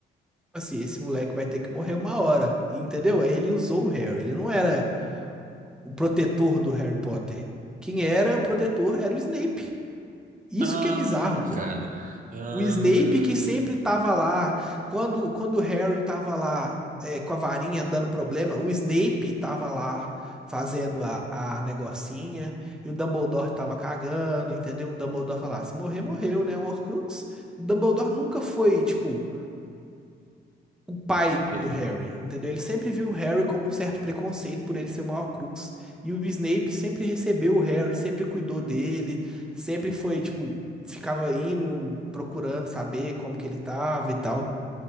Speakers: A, in the centre; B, on the right.
A: tipo assim, esse moleque vai ter que morrer uma hora. E, entendeu? Aí ele usou o Harry. Ele não era o protetor do Harry Potter. Quem era o protetor era o Snape. Isso
B: Ah,
A: que é bizarro, pô.
B: cara. Ah,
A: O Snape que sempre tava lá. Quando, quando o Harry tava lá é, com a varinha dando problema, o Snape tava lá fazendo a, a negocinha. E o Dumbledore tava cagando, entendeu? O Dumbledore falava, se morrer, morreu, né? Um Horcrux. O Dumbledore nunca foi, tipo o pai
B: quê?
A: do Harry, entendeu? Ele sempre viu o Harry com um certo preconceito por ele ser o Horcrux. E o Snape sempre recebeu o Harry, sempre cuidou dele, sempre foi, tipo, ficava indo, procurando saber como que ele tava e tal.